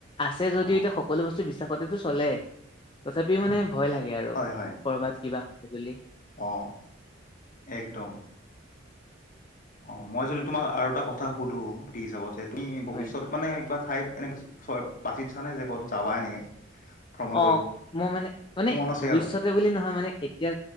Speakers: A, on the left (about 25°); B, on the left (about 45°).
A: আছে যদিও,
B: অ
A: এতিয়া সকলো বস্তু বিশ্বাসতেটো চলে। তথাপিও মানে ভয় লাগে আৰু,
B: হয় হয়
A: কৰ'বাত কিবা হ'ব বুলি।
B: অ একদম। অ', মই যদি তোমাক আৰু এটা কথা সুধো, <unintelligible> হিচাপত যে তুমি ভৱিষ্যতৰ
A: হয়
B: মানে কিবা ঠাই এনেকে বিষয়ত বাচি দিছা নে, যে ক'ত যাবা এনেকে। ভ্ৰমণ
A: অ',
B: কৰিব
A: মই মানে মানে
B: মন আছে
A: ভৱিষ্যতে
B: আৰু
A: বুলি নহয়, মানে এতিয়া